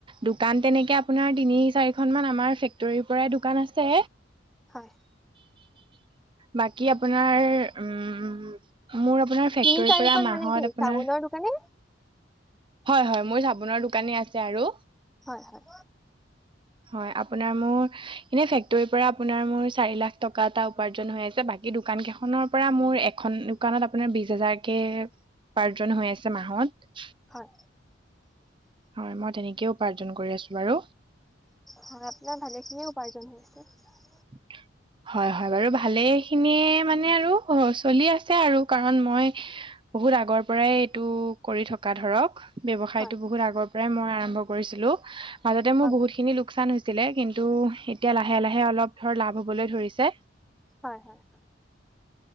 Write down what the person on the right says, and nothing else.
দোকান তেনেকে আপোনাৰ তিনি চাৰিখন মান আমাৰ ফেক্টৰীৰ পৰাই দোকান আছে।
বাকী আপোনাৰ উম মোৰ আপোনাৰ ফেক্টৰিৰ
পৰা মাহত
আপোনাৰ
হয় হয় মোৰ চাবোনৰ দোকানী আছে আৰু।
হয় আপোনাৰ মোৰ এনে ফেক্টৰীৰ পৰা আপোনাৰ মোৰ চাৰি লাখ টকা এটা উপাৰ্জন হৈ আছে, বাকী দোকান কেইখনৰ পৰা মোৰ এখন দুকানত আপোনাৰ বিশ হাজাৰকে উপাৰ্জন হৈ আছে মাহত।
হয় মই তেনেকেই উপাৰ্জন কৰি আছো বাৰু।
<inaudible> হয় হয় বাৰু, ভালে খিনিয়ে মানে আৰু চলি আছে আৰু। কাৰণ মই বহুত আগৰ পৰাই এইটো কৰি থকা ধৰক। ব্যৱসায়তো
বহুত আগৰ পৰাই মই আৰম্ভ কৰিছিলোঁ। মাজতে মোৰ
বহুত খিনি লোকচান হৈছি‌ লে, কিন্তু এতিয়া লাহে লাহে অলপ ধৰ লাভ হ'বলৈ ধৰিছে